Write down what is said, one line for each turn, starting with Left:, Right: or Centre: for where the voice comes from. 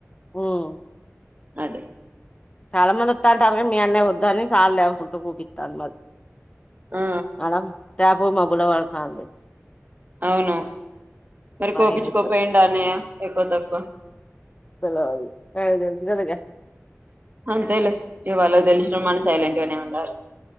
Left: ఉహ్
Right: అదే
Left: చాలా మంది వత్త అంటారు. మీ అన్నే వద్ద అని చాలు లే ఓక్ కుంట పోపితాను మరి
Right: ఆ
Left: అనం తపుకో మబ్బుల వాడాతంది.
Right: అవును మరి కోపచ్చుకో
Left: ఏం చేత్తది
Right: పోయిండు. అన్నయ్య ఎక్కువ తక్కువ
Left: తెలవది నాకు తెలుసు కదగా
Right: అంతేలే ఇవాళ తెలిసిన మనష్ సైలెంట్ గానే ఉంటారు.